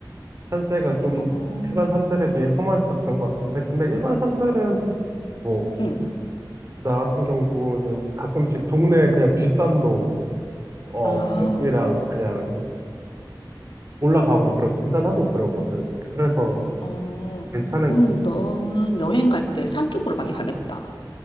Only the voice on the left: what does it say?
어,
음.
아.
어. 어.
그럼
너는 여행 갈 때 산 쪽으로 많이 가겠다.